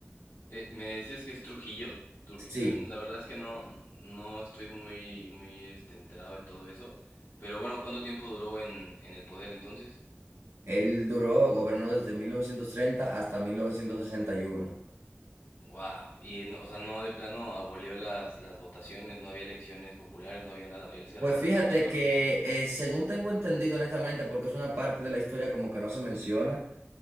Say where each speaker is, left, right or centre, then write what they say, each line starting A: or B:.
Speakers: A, on the left; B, on the right.
A: Eh, ¿Me dices que es Trujillo? Trujillo,
B: Sí,
A: la verdad es que no, no estoy muy, muy este, enterado de todo eso. Pero bueno, ¿cuánto tiempo duró en, en el poder entonces?
B: él duró, gobernó desde 1930 hasta mil novecientos sesenta y uno
A: Wow, y no- o sea, no de plano abolió las, las votaciones, no había elecciones populares, no había nada, él se
B: Pues
A: reelegía
B: fíjate
A: solito
B: que, eh, según tengo entendido honestamente, porque es una parte de la historia como que no se menciona,